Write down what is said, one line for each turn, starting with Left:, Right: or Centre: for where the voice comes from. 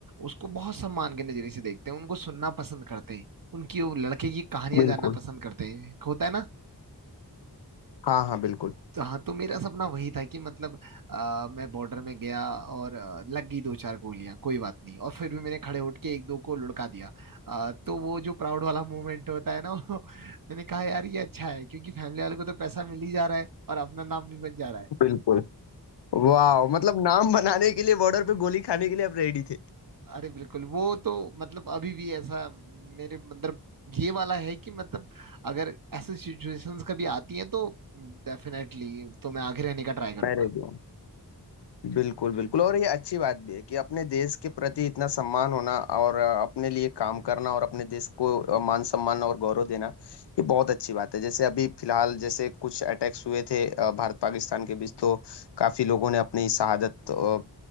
Right: उसको बहुत सम्मान के नजरिए से देखते हैं उनको सुनना पसंद करते हैं उनकी वो लड़के की कहानियां
Left: बिल्कुल
Right: जानना पसंद करते हैं होता है ना
Left: हाँ हाँ बिल्कुल
Right: तो हाँ तो मेरा सपना वही था कि मतलब अ, मैं बॉर्डर में गया और अ, लग गई दो चार गोलियां कोई बात नहीं और फिर भी मैंने खड़े उठ के एक दो को लुढ़का दिया अ, तो वो जो प्राउड वाला मोमेंट होता है ना <laughs> वो मैंने कहा यार ये अच्छा है क्योंकि फैमिली वालों को तो पैसा मिल ही जा रहा है और अपना नाम भी बन जा रहा है
Left: बिल्कुल वाह मतलब नाम बनाने के लिए बॉर्डर पे गोली खाने के लिए आप रेडी थे
Right: अरे बिल्कुल वो तो मतलब अभी भी ऐसा मेरे अंदर ये वाला है कि मतलब अगर ऐसे सिचुएशंस कभी आती हैं तो डेफिनेटली तो मैं आगे रहने का ट्राई करूंगा
Left: मैं रेडी हूँ बिल्कुल बिल्कुल और ये अच्छी बात भी है कि अपने देश के प्रति इतना सम्मान होना और अ, अपने लिए काम करना और अपने देश को अ, मान सम्मान और गौरव देना ये बहुत अच्छी बात है जैसे अभी फिलहाल जैसे कुछ अटैक्स हुए थे अ, भारत पाकिस्तान के बीच तो काफी लोगों ने अपनी शहादत अ,